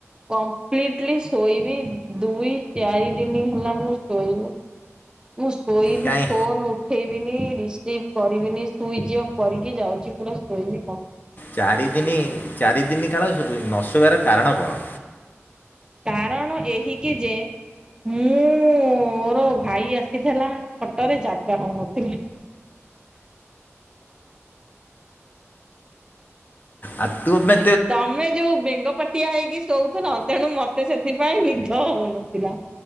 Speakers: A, on the right (about 15°); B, on the left (about 40°).
A: କମ୍ପ୍ଲିଟ ଲି ଶୋଇବି ଦୁଇ ଚାରି ଦିନି ହେଲା ମୁଁ ଶୋଇନୁ। ମୁଁ ଶୋଇବି
B: କାଇଁ
A: ଫୋନ ଉ ଠେଇବିନି ରିସିଭ୍ କରିବିନି ସୁଇଜ୍ ଅଫ୍ କରିକି ଯାଉଛି ପୁରା ଶୋଇବି କ
B: ଚାରିଦିନି ଚାରିଦିନି କାଳ ଶୋ ନ ଶୋଇବାର କାରଣ କଣ?
A: କାରଣ ଏହିକି ଯେ ଉଁ ମୋର ଭାଇ ଆସିଥିଲା ଖଟରେ ଜାଗା ହଉନଥିଲି।
B: ଆଉ ତୁମେ
A: ତମେ ଯୋଉ ବେଙ୍ଗ ପାଟିଆ ହେଇକି ଶୋଉଥେଲ ତେଣୁ ମତେ ସେଥିପାଇଁ ନି ଦ ହଉନଥିଲା